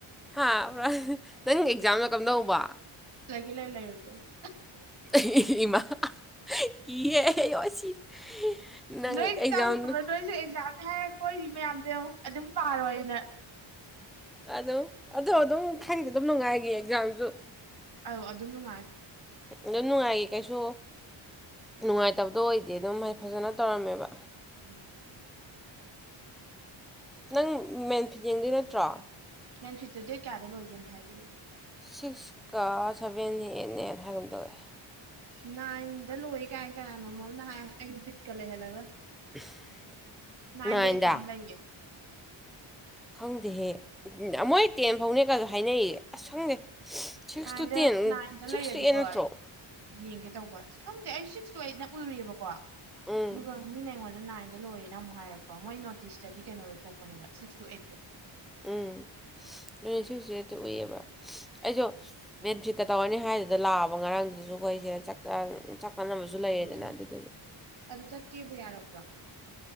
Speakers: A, in the centre; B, on the right.
A: ꯍꯥ ꯅꯪ ꯑꯦꯛꯖꯥꯝꯅ ꯀꯝꯗꯧꯕ
B: ꯂꯩꯒꯦ ꯂꯩꯌꯨ ꯂꯩꯔꯣꯏ ꯇꯣꯛꯎ
A: ꯑꯦ ꯏꯃꯥ ꯀꯤꯌꯦ ꯑꯌꯣ ꯁꯤꯔꯦ ꯅꯪ
B: ꯅꯣꯏ
A: ꯑꯦꯛꯖꯥꯝꯗꯣ
B: ꯇꯧꯗꯕ꯭ꯔꯣ ꯅꯣꯏꯁꯨ ꯑꯦꯛꯖꯥꯝꯗꯤ ꯍꯥꯏꯔ ꯀꯣꯏꯔꯤ ꯃꯌꯥꯝꯗ ꯑꯗꯨꯝ ꯄꯥꯔꯣꯏꯅ
A: ꯑꯗꯨꯝ ꯑꯗꯣ ꯑꯗꯨꯝ ꯈꯪꯗꯤ ꯑꯗꯨꯝ ꯅꯨꯡꯉꯥꯏꯈꯤ ꯑꯦꯛꯖꯥꯝꯁꯨ
B: ꯑꯧ ꯑꯗꯨꯝ ꯅꯨꯡꯉꯥꯏ
A: ꯑꯗꯨꯝ ꯅꯨꯡꯉꯥꯏꯌꯦ ꯀꯩꯁꯨ ꯅꯨꯡꯉꯥꯏꯇꯕꯗꯣ ꯑꯣꯏꯗꯦ ꯑꯗꯨꯝ ꯑꯩ ꯐꯖꯅ ꯇꯧꯔꯝꯃꯦꯕ
B: ꯎꯝ
A: ꯅꯪ ꯃꯦꯟ ꯐꯤꯖꯦꯡꯗꯩ ꯅꯠꯇ꯭ꯔꯣ
B: ꯃꯦꯟ ꯐꯤꯞꯇꯨ ꯗꯦꯠꯌꯥꯗ ꯂꯣꯏꯒꯦꯅꯝ ꯍꯥꯏꯕꯤꯛꯑꯣ
A: ꯁꯤꯛꯁꯀ ꯁꯚꯦꯟ ꯑꯩꯠꯅꯦꯅ ꯍꯥꯏꯒ ꯑꯃ ꯇꯧꯋꯦ
B: ꯅꯥꯏꯟꯗ ꯂꯣꯏꯏ ꯀꯥꯏ ꯀꯌꯥꯅꯣ ꯃꯣꯝꯅ ꯍꯥꯏ ꯑꯩ ꯕꯤꯠꯀ ꯂꯩꯍꯜꯂꯒ
A: <inaudible>
B: ꯅꯏꯟꯗ
A: ꯅꯥꯏꯟꯗ
B: ꯑꯦꯛꯖꯥꯝ ꯂ ꯂꯩꯌꯦ
A: ꯈꯪꯗꯦꯍꯦ ꯃꯣꯏ ꯇꯦꯟ ꯐꯥꯎꯅꯦꯒꯁꯨ ꯍꯥꯏꯅꯩ ꯑꯁ ꯈꯪꯗꯦ ꯁꯤꯛꯁ
B: ꯅꯥꯏꯟꯗ
A: ꯇꯨ ꯇꯦꯟ
B: ꯅꯥꯏꯟꯗ
A: ꯁꯤꯛꯁ
B: ꯂꯩꯔꯗꯤꯀꯣ
A: ꯇꯨ ꯑꯦꯠ ꯅꯠꯇ꯭ꯔꯣ
B: ꯌꯦꯡꯒꯦ ꯇꯧꯕ ꯈꯪꯗꯦ ꯑꯩꯁꯨ ꯁꯤꯛꯁꯇꯣ ꯑꯩꯠꯅ ꯎꯔꯤꯑꯕꯀꯣ ꯑꯗꯨꯒ
A: ꯎꯝ
B: ꯃꯤꯅ ꯑꯩꯉꯣꯟꯗ ꯅꯥꯏꯟꯗ ꯂꯣꯏꯔꯦꯅ ꯑꯃꯨꯛ ꯍꯥꯏꯔꯛꯄ ꯃꯣꯏ ꯅꯣꯇꯤꯁꯇꯗꯤ ꯀꯩꯅꯣꯗꯣ ꯊꯣꯛꯄꯅꯦꯕ ꯁꯤꯛꯁ ꯇꯨ ꯑꯩꯠꯇꯣ <inaudible>
A: ꯎꯝ <unintelligible> ꯑꯩꯁꯨ ꯃꯦꯠ ꯐꯤꯠꯀ ꯇꯧꯔꯅꯤ ꯍꯥꯏꯗꯨꯗ ꯂꯥꯛꯑꯕ ꯉꯔꯥꯡꯗꯨꯗꯁꯨ ꯑꯩꯈꯣꯏꯁꯤꯅ ꯀꯥꯟꯅꯕꯁꯨ ꯂꯩꯌꯦꯗꯅ
B: ꯇꯧꯔꯤꯁꯦ
A: ꯑꯗꯨꯗꯨꯗꯤ
B: ꯑꯗꯨ ꯆ ꯀꯦꯕ ꯌꯥꯔꯕ꯭ꯔꯣ